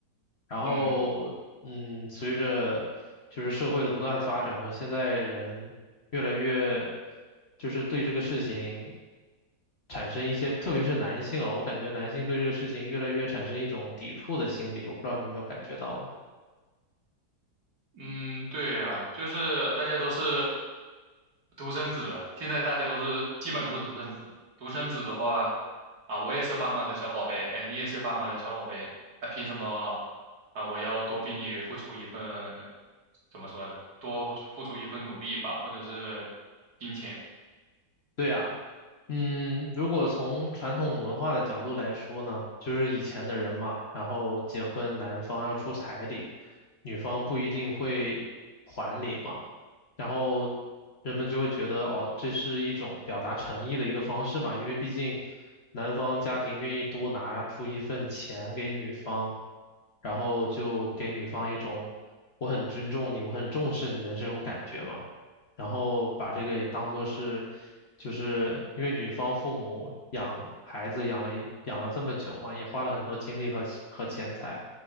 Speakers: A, on the left (about 50°); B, on the right (about 65°).
A: 然后，
B: 嗯。
A: 嗯，随着就是社会的不断发展和现在人越来越，就是对这个事情产生一些，特别是男性啊，我感觉男性对这个事情越来越产生一种抵触的心理，我不知道你有没有感觉到呢？
B: 嗯，对呀，就是大家都是独生子，现在大家都是基本都是独生子。独生子的话，啊，我也是爸妈的小宝贝，哎，你也是爸妈的小宝贝，啊，凭什么啊？我要多比你付出一份，怎么说呢？多付出一份努力吧，或者是金钱。
A: 对啊，嗯，如果从传统文化的角度来说呢，就是以前的人嘛，然后结婚男方要出彩礼，女方不一定会还礼嘛。然后人们就会觉得哦，这是一种表达诚意的一个方式嘛，因为毕竟男方家庭愿意多拿出一份钱给女方，然后就给女方一种我很尊重你，我很重视你的这种感觉嘛。然后把这个也当做是，就是因为女方父母养孩子养了一养了这么久嘛，也花了很多精力和和钱财，